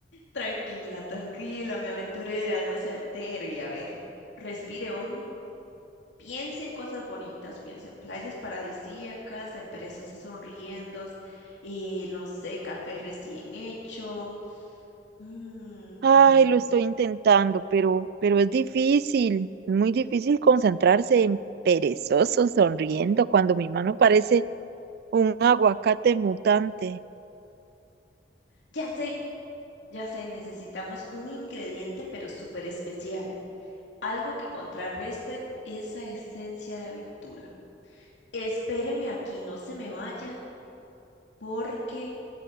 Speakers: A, on the left (about 80°); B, on the right (about 60°).
A: Tranquila, tranquila, mi aventurera, no se altere. A ver, respire hondo. Piensa en cosas bonitas, piensa en playas paradisíacas, en perezosos sonriendo, eh, no sé, café recién hecho. Ujú.
B: Ay, lo estoy intentando, pero, pero es difícil. Es muy difícil concentrarse en perezoso, sonriendo, cuando mi mano parece un aguacate mutante.
A: Ya sé, ya sé, necesitamos un ingrediente pero súper especial, algo que contrarreste esa esencia de aventura. Espéreme aquí, no se me vaya, porque